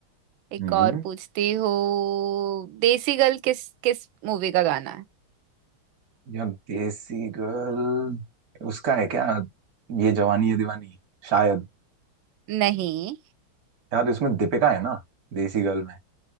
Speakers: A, on the right; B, on the right.
A: एक
B: हम्म
A: और पूछती हूँ देसी गर्ल किस किस मूवी का गाना है
B: यार देसी गर्ल उसका है क्या ये जवानी है दीवानी शायद
A: नहीं
B: यार इसमें दीपिका है ना देसी गर्ल में